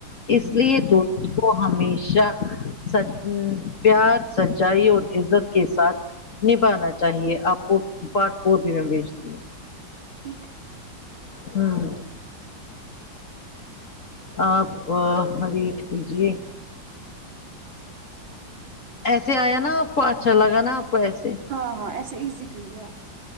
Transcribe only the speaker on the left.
اس
لیے
دوست کو ہمیشہ سچ ام پیار سچائی اور عزت کے ساتھ نبھانا چاہیے آپ کو پارٹ فور بھی میں بھیجتی ہوں
ہمم آپ ویٹ کیجیے ایسے آیا نا آپ کو اچھا لگا نا آپ کو ایسے